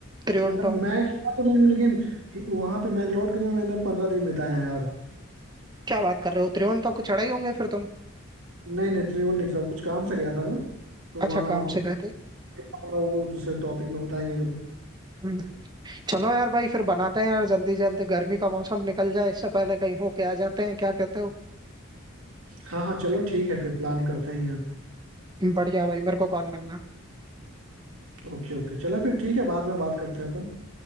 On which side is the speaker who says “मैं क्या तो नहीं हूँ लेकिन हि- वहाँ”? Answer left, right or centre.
Right